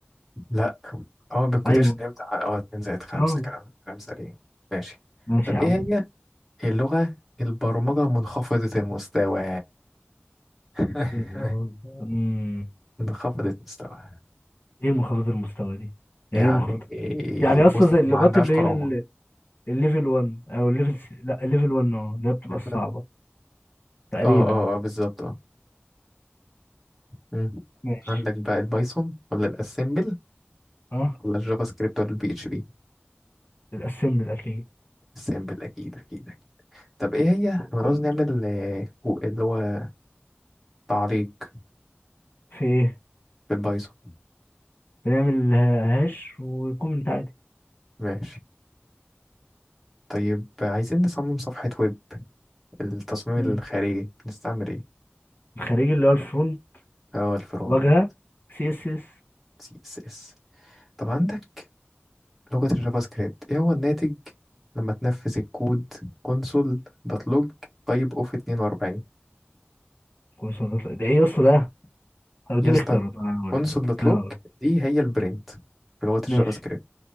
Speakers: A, in the centre; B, on the left (about 60°).
A: لا اه بالكوتيشن
B: ايوه
A: هيبدأ اه 2 زائد 5
B: اه
A: كلام كلام سليم ماشي
B: ماشي
A: طب
B: يا
A: ايه
B: عم
A: هي اللغة البرمجة منخفضة المستوى <laughs>
B: اللغة- أمم.
A: منخفضة المستوى
B: ايه المنخفض المستوى دي يعني
A: يعني
B: ايه منخفض
A: إيه
B: يعني
A: بص
B: اصلا زي اللغات
A: ما عندهاش
B: اللي
A: كرامة
B: هي ال- الليفل 1 او الليفل س... لا الليفل 1 اه اللي
A: <laughs>
B: هي بتبقى
A: اه
B: الصعبه تقريبا
A: اه آه، بالظبط مم.
B: ماشي
A: عندك بقى البايثون ولا الاسمبل
B: اه
A: ولا الجافا سكريبت ولا البي اتش بي
B: الاسمبل اكيد
A: الاسمبل اكيد اكيد طب ايه هي
B: ك-
A: لما
B: كل
A: نعوز نعمل آه، كو- اللي هو تعليق
B: في ايه
A: بالبايثون
B: بنعمل ه- هاش وكومنت عادي
A: ماشي طيب عايزين نصمم صفحة ويب التصميم
B: أمم.
A: الخارجي نستعمل ايه
B: الخارجي اللي هو الفرونت
A: هو الفرون
B: واجهه سي اس اس
A: سي اس اس طب عندك لغة الجافا سكريبت ايه هو الناتج لما تنفذ الكود كونسول دوت لوج طيب اوف 42
B: كورسات. ده ايه يا اسطى ده طب اديني
A: يا اسطى
B: اختيارات انا هقول
A: كونسول
B: لك
A: دوت
B: انا
A: لوج
B: هقول لك.
A: دي هي البرنت في لغة
B: ماشي
A: الجافا سكريبت